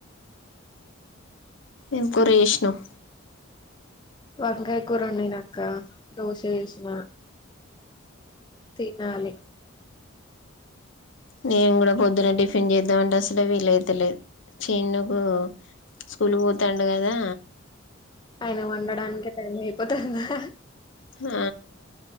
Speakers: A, on the left; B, on the left.
A: ఎమ్ కూర చేసినవ్
B: వంకాయ కూర వండినా అక్క దోశ ఎసినా తినాలి
A: నేను కూడా పొద్దున టిఫిన్ చేద్దామంటే అసలే వీలైతలేదు చిన్నుకు స్కూల్ పోతాండు కదా
B: ఆయన వండడానికె టైం అయిపోతాది కదా
A: హఆ